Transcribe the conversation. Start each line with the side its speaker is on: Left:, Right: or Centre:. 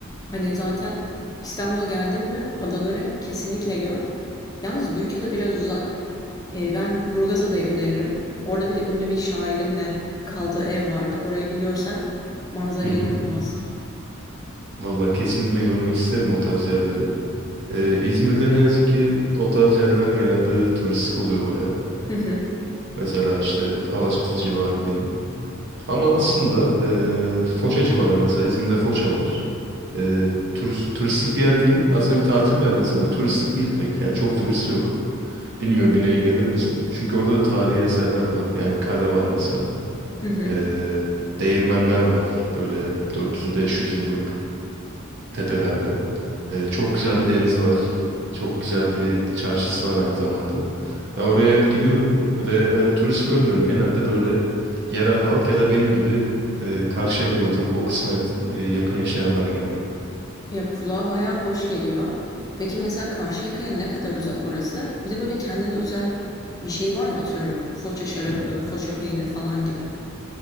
Left: Hani zaten İstanbul'a geldin mi adaları kesinlikle gör. Yalnız Büyükada biraz uzak. Ee, ben Burgaz Adayı öneririm. Orada bir de ünlü bir şairin de kaldığı ev vardı. Orayı bir görsen manzara
Right: Hı hı.
Left: inanılmaz.
Right: Vallahi kesinlikle görmek isterim o tarz yerleri. Ee, İzmir'de ne yazık ki o tarz yerler genelde turistik oluyor baya.
Left: Hı hı.
Right: Mesela işte Alaçatı civarı diyeyim. Ama aslında e, Foça civarı mesela İzmir'de Foça var. E, turist, turistik bir yer değil. Aslında bir tatil beldesi ama turistik değil pek. Yani çok turist yok. Bilmiyorum yine ilgilenir misin? Çünkü orada da tarihi eserler var. Yani kale var mesela.
Left: Hı hı.
Right: E, değirmenler var. Böyle 400-500 yıllık tepelerde. Ee, çok güzel bir denizi var. Çok güzel bir çarşısı var aynı zamanda. Ben oraya hep gidiyorum ve hani turist görmüyorum. Genelde böyle yerel halk ya da benim gibi e, Karşıyaka'da oturup o kısma yat- e, yakın yaşayanlar geliyor.
Left: Ya kulağa bayağı hoş geliyor. Peki mesela Karşıyaka'ya ne kadar uzak orası? Bir de böyle kendine özel bir şey var mı? Atıyorum foça şarabı,
Right: Hı.
Left: foça peynir falan gibi.